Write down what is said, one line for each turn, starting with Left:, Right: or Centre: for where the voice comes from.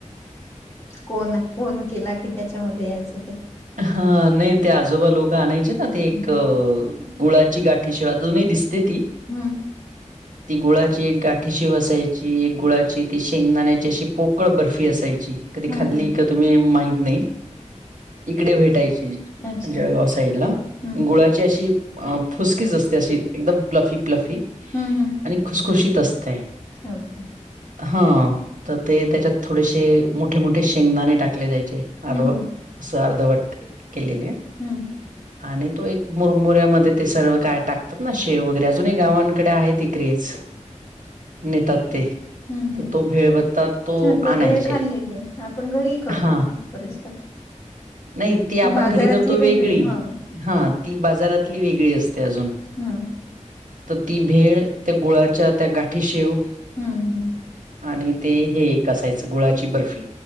Left: कोण कोण केला कि त्याच्यामध्ये यायचं ते.
Right: हा नाही ते आजोबा लोक आणायचे ना ते
Left: हम्म
Right: एक गुळाची गाठ ठीशी अजूनही दिसते ती.
Left: हम्म.
Right: ती गुळाची एक गाठी शेव असायची एक गुळाची ती शेंगदाण्याची अशी पोकळ बर्फी असायची. कधी
Left: हम्म
Right: खाल्ली का तुम्ही माहीत नाही. इकडे भेटायची
Left: अच्छा.
Right: जळगाव साईड ला
Left: हं,
Right: गुळा म्हणजे अशी फुसकीच असते अशी एकदम प्लफी प्लफी
Left: हं, हं.
Right: आणि खुस खुशीत असते.
Left: हो का.
Right: हा तर ते त्याच्यात थोडेसे मोठे मोठे शेंगदाणे टाकले जायचे. अर्व
Left: हं, हं,
Right: स अर्धवट केलेले.
Left: हं,
Right: आणि तो एक मुरमुऱ्यामध्ये ते सर्व काय टाकतात ना शेव वगैरे अजूनही गावांकडे आहे ती क्रेज. नेतात ते.
Left: हं, हं.
Right: तर तो भेळभत्ता तो
Left: हं, ते
Right: आणायचे
Left: भेळ खाल्लेली आहे. आपण घरीही करतो
Right: हा.
Left: ती बरेचदा.
Right: नाही ती आपण
Left: बाजारातली
Right: घरी करतो वेगळी
Left: हं,
Right: हा ती बाजारातली वेगळी असते अजून.
Left: हम्म
Right: तर ती भेळ त्या गुळाच्या त्या गाठी शेव
Left: हम्म हम्म
Right: आणि ते हे कायचं गुळाची बर्फी